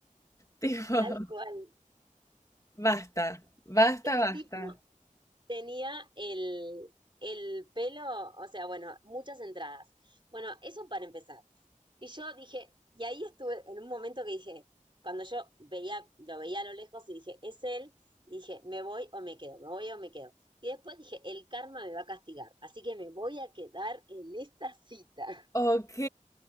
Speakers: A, on the left; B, on the right.
A: Tipo.
B: Tal cual.
A: Basta, basta,
B: El
A: basta.
B: tipo tenía el, el pelo, o sea, bueno, muchas entradas. Bueno, eso para empezar. Y yo dije, y ahí estuve en un momento que dije, cuando yo veía, lo veía a lo lejos y dije, es él, y dije, me voy o me quedo, me voy o me quedo. Y después dije, el karma me va a castigar, así que me voy a quedar en esta cita.
A: Ok,